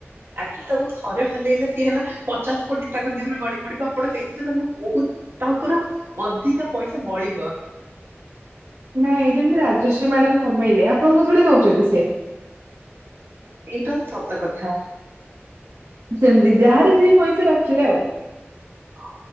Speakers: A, on the right; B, on the right.
A: ଆକ୍ଚୁଆଲ୍ ତାଙ୍କୁ ଥରେ ହଲେଇଲେ ସିଏ ହେଲା, ପଚାଶ କୋଟି ତାଙ୍କ ଦିହରୁ ଗଳି ପଡିବ। ଆପଣ, ସେଇଥିରେ ତାଙ୍କୁ ବହୁତ ତାଙ୍କର ଅଧିକା ପଇସା ବଳିବ।
B: ନାଇଁ, ଯେମିତି ରାଜଶ୍ରୀ ମ୍ୟାଡାମ୍ କମେଇଲେ ଆପଣଙ୍କୁ ଥୋଡ଼ି ଦଉଛନ୍ତି ସେ।
A: ଏଇଟା ସତ କଥା।
B: ସେମିତି ଯାହାର ଯିଏ ପଇସା ରଖିଲା ଆଉ।
A: ହଁ,